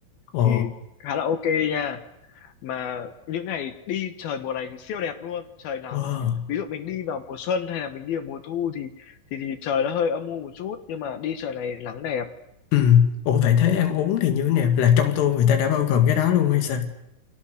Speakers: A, on the left; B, on the left.
A: Ồ,
B: thì khá là ok nha mà những ngày đi trời mùa này thì siêu đẹp luôn trời nắng
A: wow.
B: ví dụ mình đi vào mùa xuân hay là mình đi vào mùa thu thì thì thì trời nó hơi âm u một chút nhưng mà đi trời này nắng đẹp
A: Ừ. Ủa vậy thế ăn uống thì như thế nào? Là trong tour người ta đã bao gồm cái đó luôn hay sao?